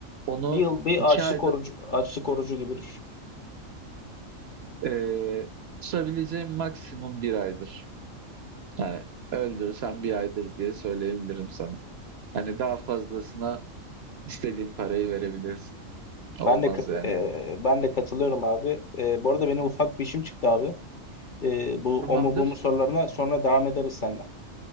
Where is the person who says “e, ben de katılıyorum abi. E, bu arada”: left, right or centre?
Left